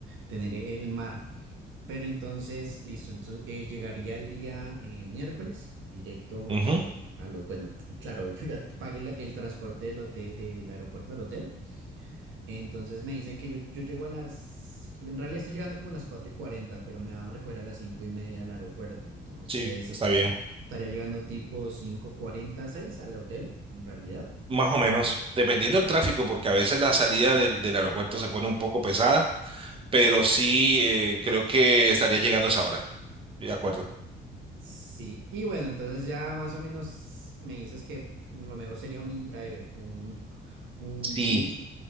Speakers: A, on the right (about 75°); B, on the right (about 25°).
A: tener el mar. Pero entonces, listo, entonces eh, llegaría el día eh, miércoles, directo
B: Ujú,
A: eh, a los, bueno, <laughs> claro, yo ya pagué la- el transporte del hotel, del aeropuerto al hotel, entonces me dicen que yo, yo llego a las, en realidad estoy llegando como a las 4 y 40 pero me van a recoger a las 5 y media al aeropuerto, entonces...
B: Sí, está bien.
A: Estaría llegando tipo cinco cuarenta seis al hotel, en realidad.
B: Más o menos, dependiendo del tráfico, porque a veces la salida del, del aeropuerto se pone un poco pesada, pero sí eh, creo que estaría llegando a esa hora. De acuerdo.
A: Sí, y bueno, entonces ya más o menos me dices que lo mejor sería un InDriver, un, <laughs> un
B: Sí,
A: Didi,